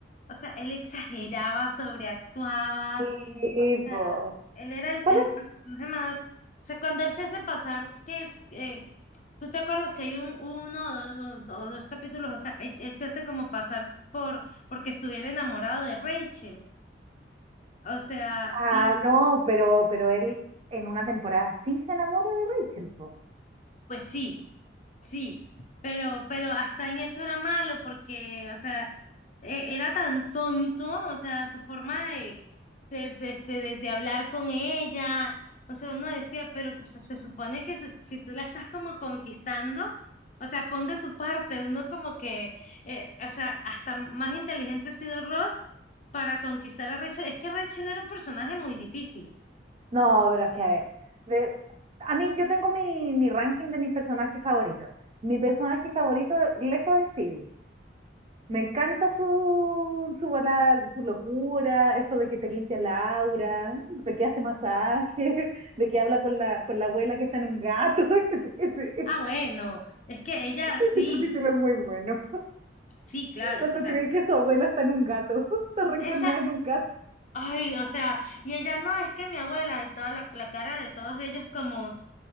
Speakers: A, on the left; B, on the right.
A: o sea, él exageraba, sobreactuaba,
B: Sí,
A: o sea,
B: po.
A: él era el,
B: ¿Cuál
A: el
B: es?
A: personaje más. O sea, cuando él se hace pasar, que eh, tú te acuerdas que hay un uno o dos, o dos- o dos capítulos, o sea, él, él se hace como pasar por porque estuviera enamorado de Rachel. O sea,
B: Ah,
A: y
B: no, pero, pero él en una temporada sí se enamora de Rachel, po.
A: pues sí, sí. Pero, pero hasta en eso era malo, porque, o sea, e- era tan tonto, o sea, su forma de, de, de, de- de- de hablar con ella, o sea, uno decía, pero o sea, se supone que se- si, tú la estás como conquistando, o sea, pon de tu parte, uno como que, eh, o sea, hasta más inteligente ha sido Ross para conquistar a Rachel, es que Rachel era un personaje muy difícil.
B: No, pero es que a ver, de- a mí yo tengo mi, mi ranking de mis personajes favoritos. Mi personaje favorito lejos es Phoebe. Me encanta su, su, bola- su locura, esto de que te limpia la aura, de que hace masaje, <laughs> de que habla con la, con la abuela que está en un gato. <laughs> Ese, ese-
A: Ah, bueno, es que ella
B: ese
A: sí,
B: capítulo es muy bueno.
A: sí, claro,
B: Cuando
A: o sea,
B: cree que su abuela está en un gato, <laughs> está reencarnada
A: esa,
B: en un gato.
A: ay, o sea, y ella no, es que mi abuela y toda la, la cara de todos ellos como